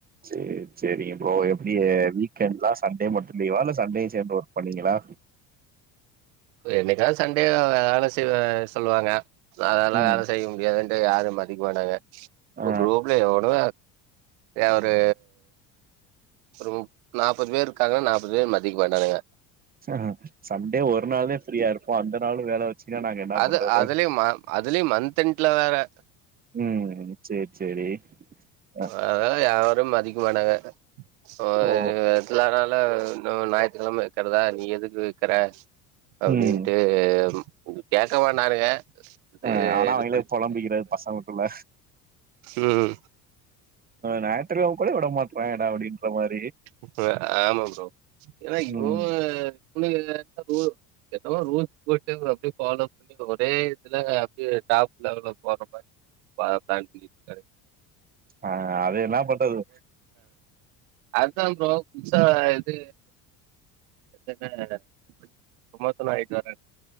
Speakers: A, on the right (about 25°); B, on the right (about 85°).
A: சேரி சேரிங்க ப்ரோ எப்படி வீக்கேண்ட்லாம் சண்டே மட்டும் லீவா இல்ல சண்டே சேர்ந்து ஒர்க் பண்ணீங்களா
B: என்னைக்காவது சண்டே வே வேலை செய்ய சொல்லுவாங்க அதெல்லாம்
A: ம்
B: வேலை செய்ய முடியாது யாரும் மதிக்கமாட்டாங்க
A: ஆ
B: குரூப்பல எவ்ளோ ஏ ஒரு ஒரு மு நாற்பது பேர் இருக்காங்கன்னா நாற்பது பேர் மதிக்கமாட்டானுங்க
A: ஹ சண்டே ஒரு நாளே ஃப்ரீயா இருப்போம் அந்த நாளு வேல வச்சுன்னா நாங்க என்ன
B: அது
A: பண்றது
B: அதுலியு ம அதுலியு மந்த் மந்த்தெண்ட்ல வே வே
A: ம் சேர் சேரி அ
B: அதுல யாரு ரும் மதிக்கமாட்டாங்க இப்போ
A: ஓ
B: இது ரெகுலர்ரா லா ஞாயித்துக்கெழம வெக்கிறதா நீ எதுக்கு வெக்குற அப்டின்ட்டு
A: ம்
B: வரும் பேச மாட்டானுங்க இது
A: ஆ ஆனா
B: இது
A: அவங்களே பொலம்பிக்கிறது பசங்களுக்குள்ள
B: ம்ம்
A: ஞாயித்துக்கெழம கூட விட மாட்ராணுங்கடா அப்டின்ற மார்
B: இப்ப ஆமா ஃப்ரோ இவ
A: ம்
B: இவோ <unintelligible> என்னவோ என்னவோ ரூல்ஸ் போட்டு அப்டியே ஃபாலோ பண்ணி ஒரே இதுல அப்டியே டாப் லெவல்ல போற மாரி பிளான் பண்ணிருக்கானுங்க
A: ஆ அதேதா பட் அதுவு
B: அதாம் ஃப்ரோ புதுசா இது வந்துட்டு <inaudible> ஃப்ரோமோசன் ஆயிட்டு வர